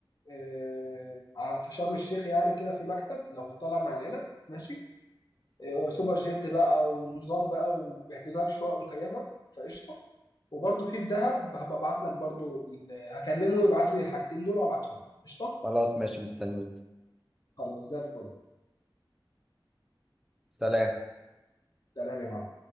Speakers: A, on the left; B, in the centre.
A: آه، ع- في شرم الشيخ يعني كده في مكتب لو طالع مع العيله ماشي آه، سوبر جيت بقى ونظام بقى وبيحجزوا لك شقق مكيفه فقشطه وبرضه في في دهب هبقى ابعت لك برضه ال- هكلمه يبعت لي الحاجتين دول وابعتهم قشطه
B: خلاص ماشي مستنيك
A: خلاص زي الفل
B: سلام
A: سلام يا معلم